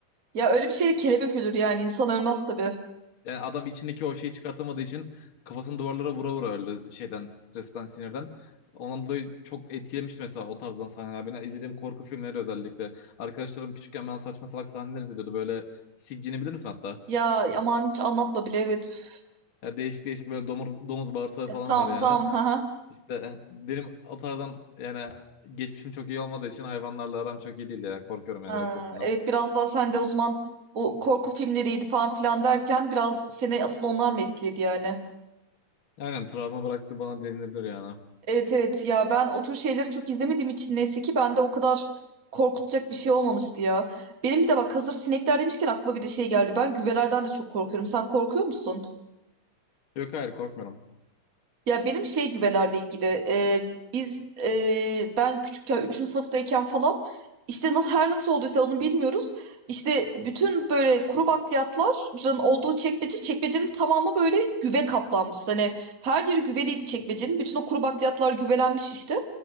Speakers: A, on the right; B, on the left.
A: ya öyle bir şey kelebek ölür yani insan ölmez tabii.
B: Yani adam içindeki o şeyi çıkartamadığı için kafasını duvarlara vura vura öldü şeyden, stresten, sinirden. Ondan dolayı çok etkilemişti mesela o tarzdan sahneler. Beni izlediğim korku filmleri özellikle. Arkadaşlarım küçükken ben saçma salak sahneler izliyordu. Böyle Siccin'i bilir misin hatta?
A: Ya aman hiç anlatma bile evet. Üf.
B: Ya değişik değişik böyle domuz, domuz bağırsağı
A: Ya,
B: falan
A: tamam
B: var yani.
A: tamam <laughs> ha.
B: İşte eh, benim o tarzdan yani geçmişim çok iyi olmadığı için hayvanlarla aram çok iyi değil ya. Korkuyorum yani
A: Ha,
B: direkt hepsinden.
A: evet biraz daha sen de o zaman bu korku filmleriydi falan filan derken biraz seni asıl onlar mı etkiledi yani?
B: Aynen travma bıraktı bana denilebilir yani.
A: Evet evet ya ben o tür şeyleri çok izlemediğim için neyse ki bende o kadar korkutacak bir şey olmamıştı ya. Benim bir de bak hazır sinekler demişken aklıma bir de şey geldi. Ben güvelerden de çok korkuyorum. Sen korkuyor musun?
B: Yok hayır korkmuyorum.
A: Ya benim şey güvelerle ilgili e, biz e, ben küçükken 3. sınıftayken falan işte nasıl her nasıl olduysa onu bilmiyoruz. İşte bütün böyle kuru bakliyatların olduğu çekmece çekmecenin tamamı böyle güve kaplanmış. Hani her yeri güveliydi çekmecenin. Bütün o kuru bakliyatlar güvelenmiş işte.